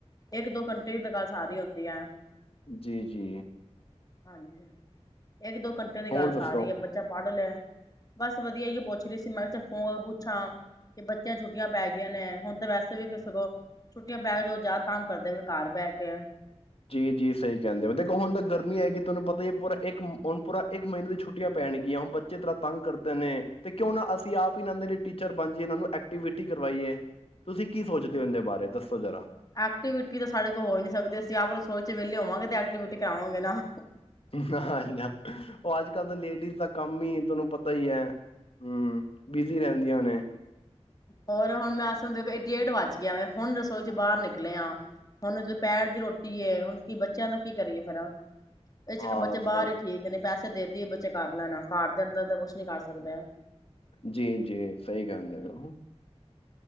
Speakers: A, on the left (about 35°); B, on the left (about 55°).
A: ਇੱਕ ਦੋ ਘੰਟੇ ਤਾਂ ਗੱਲ ਸਾਰੀ ਹੁੰਦੀ ਵਧਆ
B: ਜੀ ਜੀ
A: ਹਾਂਜੀ ਇੱਕ ਦੋ ਘੰਟੇ ਦੀ
B: ਹੋਰ
A: ਗੱਲ ਸਾਰੀ
B: ਦੱਸੋ?
A: ਹੈ ਬੱਚਾ ਪੜ੍ਹ ਲਿਆ ਬਸ ਵਧੀਆ ਹੀ ਏ ਪੁੱਛ ਰਹੀ ਸੀ ਮੈਂ ਕਿਹਾ ਫੋਨ ਪੁੱਛਾਂ ਕਿ ਬੱਚਿਆਂ ਛੁੱਟੀਆਂ ਪੈ ਗਈਆਂ ਨੇ ਹੁਣ ਤਾਂ ਵੈਸੇ ਵੀ ਕਿਸੇ ਕੋ ਛੁੱਟੀਆਂ ਪੈ ਕੇ ਜੋ ਜ਼ਿਆਦਾ ਤੰਗ ਕਰਦੇ ਨੇ ਘਰ ਬਹਿ ਕੇ
B: ਜੀ ਜੀ ਸਹੀ ਕਹਿੰਦੇ ਹੋ, ਦੇਖੋ ਹੁਣ ਤਾਂ ਗਰਮੀਆਂ ਹੈਗੀ ਤੁਹਾਨੂੰ ਪਤਾ ਹੀ ਪੂਰਾ ਇੱਕ ਹੁਣ ਪੂਰਾ ਇੱਕ ਮਹੀਨੇ ਦੀ ਛੁੱਟੀਆਂ ਪੈਣਗੀਆਂ ਹੁਣ ਬੱਚੇ ਤਰ੍ਹਾਂ ਤੰਗ ਕਰਦੇ ਨੇ ਤੇ ਕਿਉਂ ਨਾ ਅਸੀਂ ਆਪ ਹੀ ਇਹ ਦੇ ਲਈ ਟੀਚਰ ਬਣ ਜਾਈਏ ਇਹ ਨੂੰ ਐਕਟੀਵਿਟੀ ਕਰਵਾਈਏ ਤੁਸੀਂ ਕੀ ਸੋਚਦੇ ਹੋ ਇਹਦੇ ਬਾਰੇ ਦੱਸੋ ਜ਼ਰਾ
A: ਐਕਟੀਵਿਟੀ ਤਾਂ ਸਾਡੇ ਕੋਲ ਹੋ ਨੀ ਸਕਦੇ ਅਸੀਂ ਆਪ ਰਸੋਈ ਚ ਵਿਹਲੇ ਹੋਵਾਂਗੇ ਤੇ ਐਕਟੀਵਿਟੀ ਕਰਾਵਾਂਗੇ ਨਾ
B: ਨਾ ਉਹ ਅੱਜ ਕੱਲ ਤਾਂ ਲੇਡੀਜ਼ ਦਾ ਕੰਮ ਹੀ ਤੁਹਾਨੂੰ ਪਤਾ ਹੀ ਹੈ ਹਮ ਬਿਜ਼ੀ ਰਹਿੰਦੀਆਂ ਨੇ
A: ਹੋਰ ਹੁਣ ਮੈਂ ਹੁੰਦੇ ਇਹ ਡੇਢ ਵੱਜ ਗਿਆ ਵ ਹੁਣ ਰਸੋਈ ਚ ਬਾਹਰ ਨਿਕਲੇ ਆ ਹੁਣ ਦੁਪਹਿਰ ਦੀ ਰੋਟੀ ਏ ਹੁਣ ਕਿ ਬੱਚਿਆਂ ਦਾ ਕੀ ਕਰੀਏ ਫਿਰ ਇਹ ਚੰਗਾ
B: ਹਾਂ,
A: ਬੱਚੇ ਬਾਹਰ
B: ਸਹੀ
A: ਹੀ ਠੀਕ ਨੇ ਪੈਸੇ ਦੇਦੀ ਬੱਚੇ ਕਰ ਲੈਣਾ ਘਰ ਦੇ ਅੰਦਰ ਤਾਂ ਕੁਛ ਨੀ ਕਰ ਸਕਦੇ ਆ
B: ਜੀ ਜੀ ਸਹੀ ਗੱਲ ਹੈ